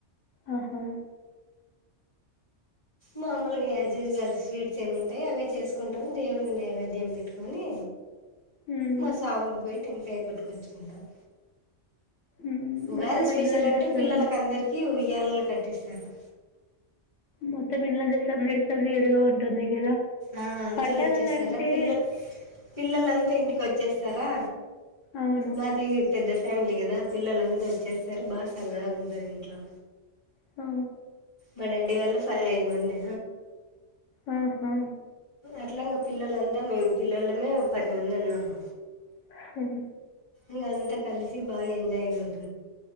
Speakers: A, on the left (about 75°); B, on the left (about 25°).
A: ఆహా
B: మామూలుగా ఎప్పటిలాగానే స్వీట్స్ ఏమి ఉంటే అవే చేసుకుంటా దేవుని నైవేద్యం పెట్టుకొని
A: మ్మ్
B: మా సాంగ్ కు పోయి టెం పేగట్టుకొచ్చుకుంటావు
A: మ్మ్
B: ఉగాది
A: మొత్తం
B: స్పెషల్
A: ఇండ్లంతా
B: అంటే
A: సంద్
B: పిల్లలకి అందరికి యాలలు కట్టిస్తారు
A: మొత్తం ఇల్లంతా సందడి సందడిగా ఉంటుంది కదా
B: ఆ అందరూ
A: పండగలంటే
B: వచ్చేస్తారా పిల్ల పిల్లలంతా ఇంటికి వచ్చేస్తారా
A: అవును
B: మాది పెద్ద ఫ్యామిలీ కదా పిల్లలు అందరూ వచ్చేస్తారు బా సరదాగుంటది ఇంట్లో
A: అ
B: మా డాడీ వల్ల ఫై ఐదు మంది
A: ఆ హా
B: అట్లా ఇంకా పిల్లలంతా మేము పిల్లలమే పది మంది ఉన్నాము
A: హ
B: ఇ అంతా కలిసి బాగా ఎంజాయ్ అంది